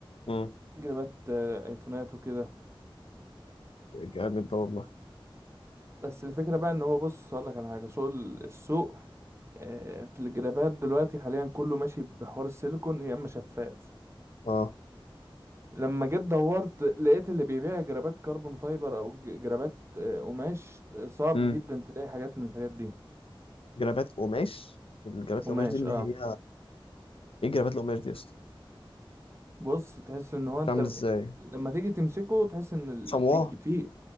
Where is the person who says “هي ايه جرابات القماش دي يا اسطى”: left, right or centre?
Left